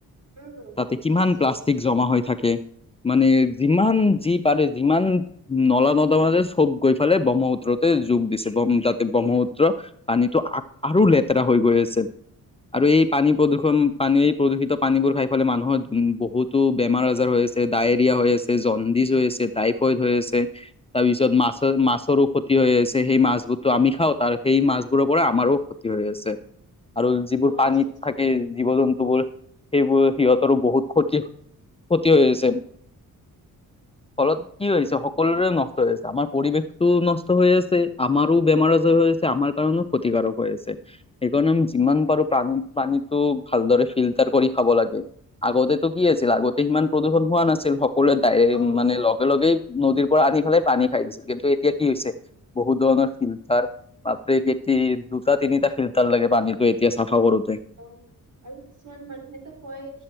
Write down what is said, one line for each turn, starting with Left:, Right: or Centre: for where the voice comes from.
Right: উম
Left: তাতে
Right: বহুত
Left: কিমান
Right: বেছিয়ে
Left: প্লাষ্টিক জমা হৈ থাকে মানে
Right: উম
Left: যিমান যি পাৰে যিমান নলা নৰ্দমা যে চব গৈ ফালে ব্ৰহ্মপুত্ৰতে যোগ দিছে বহ্ম তাতে ব্ৰহ্মপুত্ৰ <unintelligible> পানীটো আৰু লেতেৰা হৈ গৈ আছে, আৰু এই পানী
Right: উম
Left: প্ৰদূষণ পানী প্ৰদূষিত পানীবোৰ খাই ফালাই মানুহৰ বহুতো বেমাৰ আজাৰ হৈ আছে ডায়েৰিয়া হৈ আছে জণ্ডিছ হৈ আছে টাইফইড হৈ আছে তাৰপিছত মাছৰ মাছৰো ক্ষতি তি হৈ আছে সেই মাছবোৰ তো আমি খাওঁ তাৰ সেই মাছবোৰৰ পৰা আমাৰো ক্ষতি হৈ আছে। আৰু যিবোৰ
Right: অ
Left: পানীত
Right: আচ্ছা আচ্ছা
Left: থাকে জীৱ জন্তু বোৰ সেইবোৰ সিহঁতৰ বহুত ক্ষতি ক্ষতি হৈ আছে ফলত কি হৈছে
Right: উম
Left: সকলোৰে নষ্ট হৈ আছে। আমাৰ পৰিৱেশটো নষ্ট হৈ আছে আমাৰো বেমাৰ আজাৰ হৈ আছে আমাৰ কাৰণেও ক্ষতিকাৰক হৈ আছে সেইকাৰণে আমি যিমান পাৰো পানী পানীটো ভালদৰে ফিল্টাৰ কৰি খাব লাগে আগতেতো কি আছিল আগতে সিমান প্ৰদূষণ হোৱা নাছিল সকলোৱে দায়
Right: অ
Left: মানে লগে লগেই নদীৰ পৰা আনি পেলাই পানী খাই দিছিল কিন্তু এতিয়া কি হৈছে বহুত ধৰণৰ ফিল্টাৰ বাপৰে কে দুটা তিনিটা ফিল্টাৰ লাগে পানীটো এতিয়া চফা কৰো
Right: অ আৰু কিছুমান মানুহেতো কয়